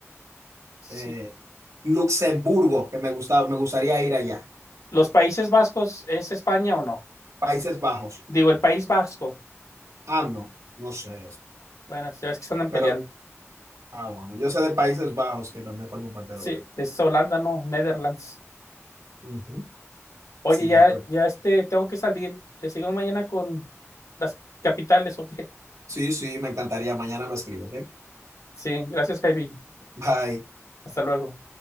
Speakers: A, on the left; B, on the right.
A: sí.
B: eh, Luxemburgo, que me gustaba, me gustaría ir allá.
A: ¿Los Países Vascos es España o no?
B: Países Bajos.
A: Digo, el País Vasco.
B: Ah, no, no sé.
A: Bueno, ya ves que se andan
B: Pero,
A: peleando.
B: ah, bueno, yo sé de Países Bajos que también forman parte
A: Sí,
B: de Europa.
A: es Holanda, no, Netherlands.
B: Ujú.
A: Oye,
B: Sí,
A: ya,
B: pero,
A: ya este, tengo que salir. Le sigo mañana con las capitales, ok.
B: sí, sí, me encantaría. Mañana me escribo, ¿ok?
A: Sí, gracias, baby.
B: Bye.
A: Hasta luego.